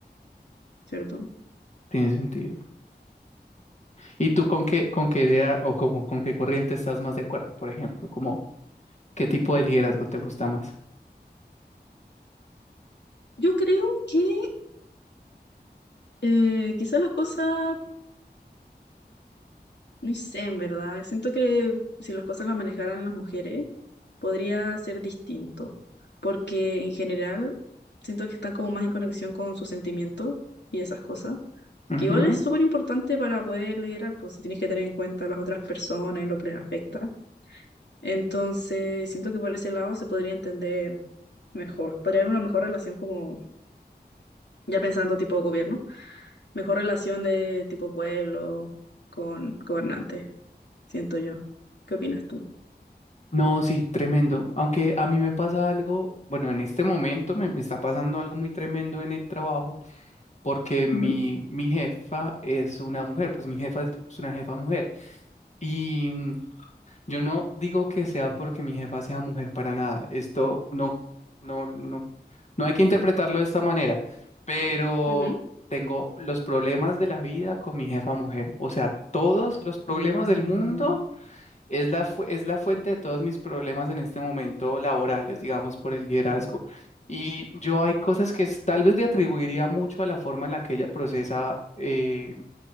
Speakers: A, on the left; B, on the left.
A: ¿cierto?
B: tiene sentido. ¿Y tú con qué, con qué idea o como, con qué corriente estás más de acuerdo, por ejemplo? Como, ¿qué tipo de liderazgo te gusta más?
A: Yo creo que eh, quizás las cosas, no sé, en verdad, siento que si las cosas las manejaran las mujeres, podría ser distinto, porque en general siento que están como más en conexión con sus sentimientos y esas cosas,
B: Ujú.
A: que igual es súper importante para poder liderar, pues si tienes que tener en cuenta a las otras personas y lo que les afecta. Entonces, siento que por ese lado se podría entender mejor, podría haber una mejor relación como ya pensando tipo gobierno, mejor relación de tipo pueblo con gobernante, siento yo. ¿Qué opinas tú?
B: No, sí, tremendo. Aunque a mí me pasa algo, bueno, en este momento me, me está pasando algo muy tremendo en el trabajo porque mi,
A: Ujú.
B: mi jefa es una mujer, pues mi jefa es, es una jefa mujer. Y mm, yo no digo que sea porque mi jefa sea mujer para nada. Esto no, no, no, no hay que interpretarlo de esta manera, pero
A: Ujú.
B: tengo los problemas de la vida con mi jefa mujer. O sea, todos los problemas
A: Mm,
B: del mundo. Es la, fu- es la fuente de todos mis problemas en este momento laborales, digamos, por el liderazgo. Y yo hay cosas que es- tal vez le atribuiría mucho a la forma en la que ella procesa eh,